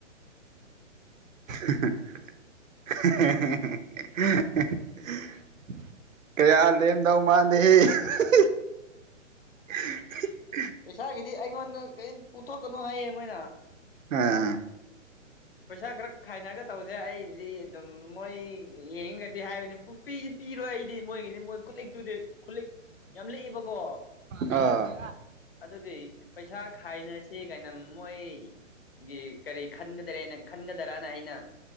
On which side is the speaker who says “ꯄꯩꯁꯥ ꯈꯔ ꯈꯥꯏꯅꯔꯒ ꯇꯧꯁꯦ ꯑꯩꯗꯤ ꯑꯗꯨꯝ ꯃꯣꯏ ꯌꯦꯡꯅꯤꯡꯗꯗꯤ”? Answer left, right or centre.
Left